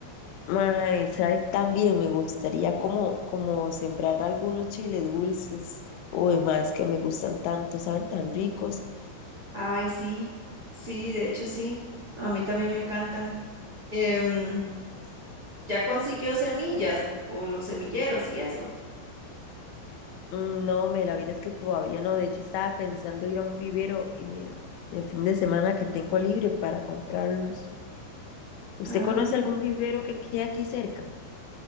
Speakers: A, on the left (about 80°); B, on the right (about 55°).
A: Mae, ¿sabe? También me gustaría como, como sembrar algunos chiles dulces. Uy, más que me gustan tanto, saben tan ricos.
B: Ay, sí, sí, de hecho sí, a mí también me encantan. Em, ¿ya consiguió semillas o los semilleros y eso?
A: Mm, No, me la vida es que todavía no. De hecho, estaba pensando ir a un vivero eh, el fin de semana que tengo libre para comprarlos. ¿Usted
B: Ah,
A: conoce algún vivero que quede aquí cerca?